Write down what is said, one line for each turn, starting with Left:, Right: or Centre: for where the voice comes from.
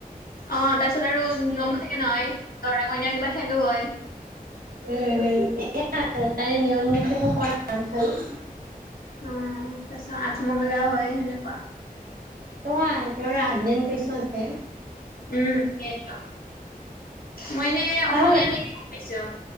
Left: অ'হ। তাৰপিছত আৰু নিয়মো থাকে নহয়। দৰা-কইনাৰ কিবা খেলো হয়।
Right: উম। এয়া <unintelligible> তে নিয়ম- নীতিবোৰ কৰা হোৱাৰ পিছত
Left: অ' তাৰছত আঠমঙলা হয় সেনেকুৱা।
Right: সটো আহি আঠদিন পিছতহে।
Left: উম সেইটো, মই এনে
Right: ভাল
Left: অসমীয়া
Right: লাগে।
Left: বিয়াহে খাই পাইছোঁ।